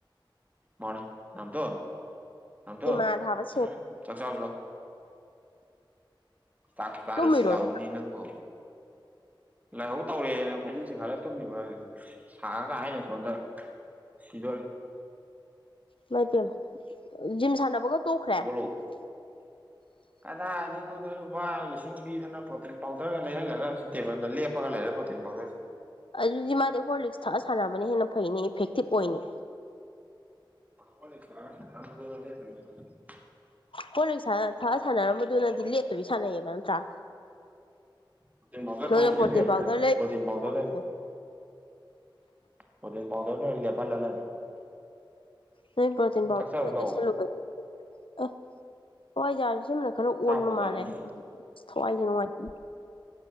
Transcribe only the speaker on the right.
ꯃꯥꯅ ꯅꯥꯎꯇꯣꯟ ꯅꯦꯎꯇꯣꯟ
ꯆꯥꯛ ꯆꯥꯎꯁꯤ ꯂꯥꯛꯑꯣ ꯇꯥꯛꯁ ꯇꯔꯨꯁꯤ
ꯂꯛꯑꯣꯅꯦ
ꯅꯪꯕꯣ
ꯂꯥꯏꯍꯧ ꯇꯧꯔꯦꯗꯅ ꯐꯩꯖꯨꯞ ꯆꯤꯡꯈꯠꯂ ꯇꯨꯝꯃꯤꯕꯗꯨꯅꯤ ꯁꯥꯔꯒ ꯑꯩꯅ ꯁꯣꯝꯗ ꯁꯤꯗꯣꯔꯦ
ꯍꯧꯒꯠꯂꯣ
ꯀꯗꯥꯏꯗꯩꯅꯣꯗꯣ ꯂꯨꯄꯥ ꯂꯤꯁꯤꯡ ꯄꯤꯗꯅ ꯄ꯭ꯔꯣꯇꯤꯟ ꯄꯥꯎꯗꯔꯒ ꯂꯩꯍꯜꯂꯒ ꯇꯦꯕꯜꯗ ꯂꯦꯞꯄꯒ ꯂꯩꯔꯦ ꯄ꯭ꯔꯣꯇꯤꯟ ꯄꯥꯎꯗꯔꯁꯤ
ꯍꯣꯔ ꯂꯤꯛꯁ ꯊꯛꯑ ꯁꯥꯟꯅ <unintelligible>
ꯄ꯭ꯔꯣꯇꯤꯟ ꯄꯥꯎꯗꯔ
ꯊꯛꯎꯕꯗꯩ
ꯂꯦꯞꯈ꯭ꯔꯦꯅꯦ
ꯄ꯭ꯔꯣꯇꯤꯟ ꯄꯥꯎꯗꯔꯒ
ꯄ꯭ꯔꯣꯇꯤꯟ ꯄꯥꯎꯗꯣꯔꯗ ꯑꯣꯏꯅ ꯂꯦꯞꯍꯟꯂꯗꯕꯅꯤ
ꯆꯥꯛ ꯆꯥꯔꯨ
ꯂꯥꯛꯑꯣ
ꯆꯥꯛꯄꯨ
ꯆꯥꯅꯤꯡꯗꯦ